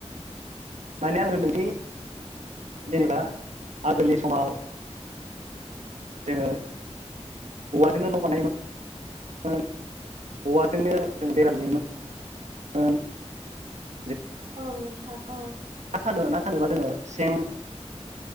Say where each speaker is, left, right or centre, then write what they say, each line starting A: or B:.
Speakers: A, on the right; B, on the right.
A: माने आङो नोंदि जेनेबा आगोलनि समाव जोङो औवाजोंनो न' बानायोमोन औवाजोंनो जों बेरालुयोमोन <unintelligible>
B: औ नोंथां औ
A: ना सानो ना सानोबा जोङो सें